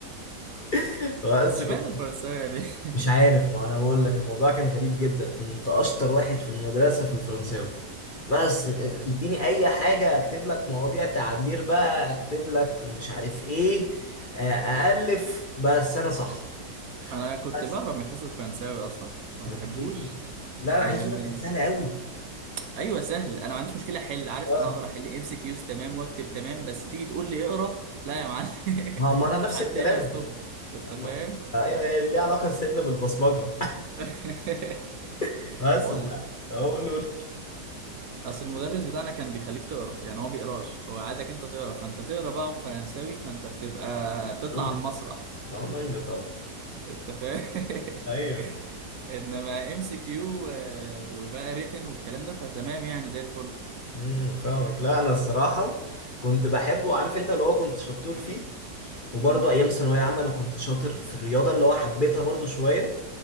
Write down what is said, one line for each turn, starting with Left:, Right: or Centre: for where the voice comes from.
Left: <laughs> بس
Right: مش
Left: كنت
Right: معنى الفرنساوي يعني <laughs>
Left: مش عارف ما انا بقول لك الموضوع كان غريب جدا كنت اشطر واحد في المدرسه في الفرنساوي بس م-
Right: أيوة.
Left: تديني اي حاجه اكتب لك مواضيع تعبير بقى اكتب لك مش عارف ايه آه، الف بس انا صح
Right: أنا كنت
Left: بس
Right: بهرب من حصة الفرنساوي أصلا ما بحبوش
Left: ليه لا انا
Right: لأن
Left: عايز اقول لك
Right: ال...
Left: كانت سهله قوي
Right: أيوه سهل أنا ما عنديش مشكلة أحل عارف
Left: اه
Right: أنا أقدر أحل إم سي كيوز تمام وأكتب تمام بس تيجي تقول لي اقرأ لا يا معلم <laughs>
Left: ما ما انا نفس
Right: لحد
Left: الكلام
Right: هنا ستوب أنت
Left: أما
Right: فاهم؟
Left: أيوه هي ليها علاقة سنة بالبصمجة
Right: <laughs>
Left: <laughs> بس
Right: والله
Left: بس- أهو قول له قول له.
Right: اصل المدرس بتاعنا كان بيخليك تقرا يعني هو بيقراش هو عايزك انت تقرا فانت تقرا بقى وفرنساوي فانت بتبقى بتطلع
Left: مانجا
Right: على المسرح
Left: ما هو مانجا طبعا
Right: انت فاهم <laughs>
Left: أيوه
Right: انما ام سي كيو وبقى ريتن والكلام ده فتمام يعني زي الفل
Left: امم فاهمك لا أنا الصراحة كنت بحبه عارف أنت اللي هو كنت شطور فيه وبرضه
Right: مم.
Left: أيام ثانوية عامة أنا كنت شاطر في الرياضة اللي هو حبيتها برضه شوية